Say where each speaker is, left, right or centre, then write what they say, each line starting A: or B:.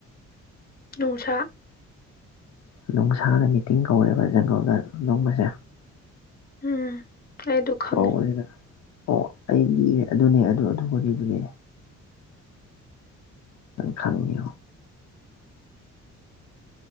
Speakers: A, on the left; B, on the left.
A: ꯅꯨꯡꯁꯥ
B: ꯅꯨꯡꯁꯥꯅ ꯃꯤꯇꯤꯡ ꯀꯧꯋꯦꯕ ꯖꯪꯒꯜꯗ ꯅꯣꯡꯕꯁꯦ
A: ꯎꯝ ꯑꯩ ꯑꯗꯨ ꯈꯪꯉꯦ
B: ꯀꯁꯤꯗꯅ ꯑꯣ ꯑꯩ ꯂꯤꯔꯦ ꯑꯗꯨꯅꯦ ꯑꯗꯨ ꯑꯗꯨꯒ ꯂꯤꯕꯅꯦ ꯅ ꯊꯅꯤ